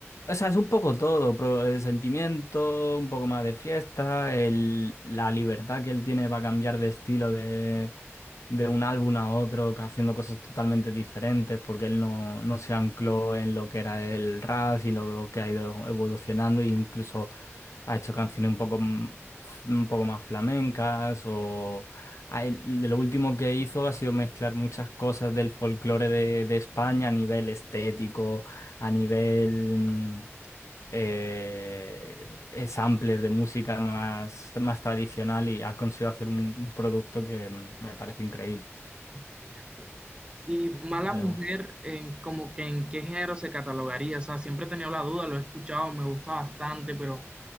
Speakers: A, on the left; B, on the right.
A: O sea, es un poco todo, pero el sentimiento, un poco más de fiesta, el- la libertad que él tiene para cambiar de estilo de, de un álbum a otro, que haciendo cosas totalmente diferentes, porque él no, no se ancló en lo que era el rap, sino lo que ha ido evolucionando, e incluso ha hecho canciones un poco, m- un poco más flamencas, o a él- de lo último que hizo ha sido mezclar muchas cosas del folclore de, de España a nivel estético a nivel eh, eh, samplers de música más, más tradicional y ha conseguido hacer un, un producto que mm, me parece increíble.
B: Entiendo. Y mala
A: Pero
B: mujer, en, como que en qué género se catalogaría, o sea, siempre he tenido la duda, lo he escuchado, me gusta bastante, pero, o